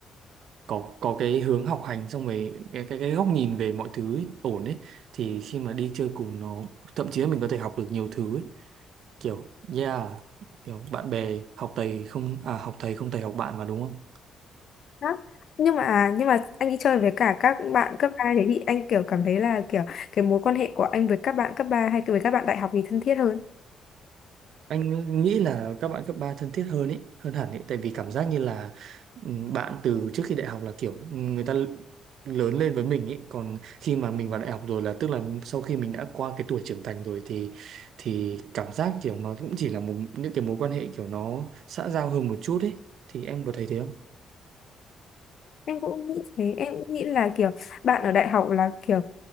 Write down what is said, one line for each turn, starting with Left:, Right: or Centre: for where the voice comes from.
Right: có có cái hướng học hành xong rồi cái cái cái góc nhìn về mọi thứ ấy, ổn đấy thì khi mà đi chơi cùng nó thậm chí là mình có thể học được nhiều thứ ấy kiểu yeah kiểu bạn bè học thầy không à học thầy không thầy học bạn mà đúng không
Left: Đó. nhưng mà nhưng mà anh đi chơi với cả các bạn cấp 3 thế thì anh kiểu cảm thấy là kiểu cái mối quan hệ của anh với các bạn cấp 3 hay với các bạn đại học thì thân thiết hơn
Right: anh nghĩ là các bạn cấp 3 thân thiết hơn ấy hơn hẳn ấy tại vì cảm giác như là ừm, bạn từ trước khi đại học là kiểu ừ, người ta l- lớn lên với mình ấy còn khi mà mình vào đại học rồi là tức là sau khi mình đã qua cái tuổi trưởng thành rồi thì thì cảm giác kiểu nó cũng chỉ là một những cái mối quan hệ kiểu nó xã giao hơn một chút ấy thì em có thấy thế không
Left: em cũng nghĩ thế em cũng nghĩ là kiểu bạn ở đại học là kiểu